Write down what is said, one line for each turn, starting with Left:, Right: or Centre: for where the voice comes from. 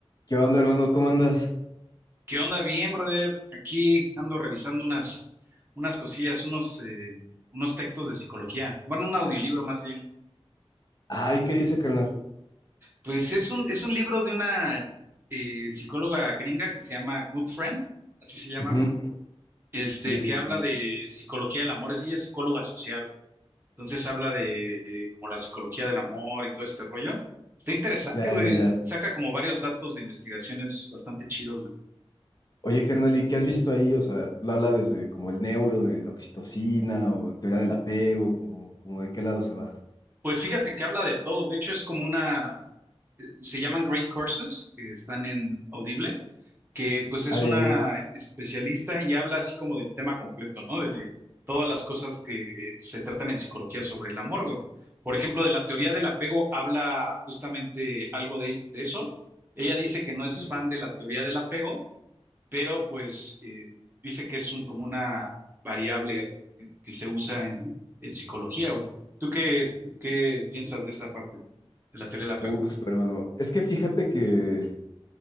Left: ¿Qué onda, hermano? ¿Cómo andas?
Right: ¿Qué onda? Bien, brother. Aquí ando revisando unas, unas cosillas, unos, eh, unos textos de psicología. Bueno, un audiolibro más bien. güey.
Left: Ay, ¿qué dice, carnal?
Right: Pues es un, es un libro de una eh, psicóloga gringa que se llama Good Friend, así se llama,
Left: Ujú,
Right: güey. Este,
Left: Sí, sí,
Right: que
Left: sí.
Right: habla de psicología del amor. Es- Ella es psicóloga social, güey. Entonces habla de, eh, como la psicología del amor y todo este rollo. Está interesante,
Left: Ya,
Right: güey.
Left: ya, ya.
Right: Saca como varios datos de investigaciones bastante chidos, güey.
Left: Oye, carnal, ¿y qué has visto ahí? O sea, lo habla desde como el neuro de la oxitocina o teoría del apego, como, como de qué lado se va.
Right: Pues fíjate que habla de todo. De hecho, es como una, eh, se llaman Great Courses, que están en Audible, que pues es
Left: Ah, ya,
Right: una
Left: ya, ya.
Right: especialista y habla así como del tema completo, ¿no? De todas las cosas que se tratan en psicología sobre el amor, güey. Por ejemplo, de la teoría del apego habla justamente algo de, de eso. Ella dice que no
Left: Sí,
Right: es fan de la teoría del apego, pero pues eh, dice que es un, como una variable que, que se usa en, en psicología, güey. ¿Tú qué, qué piensas de esa parte de la teoría del apego?
Left: justo, hermano. Es que fíjate que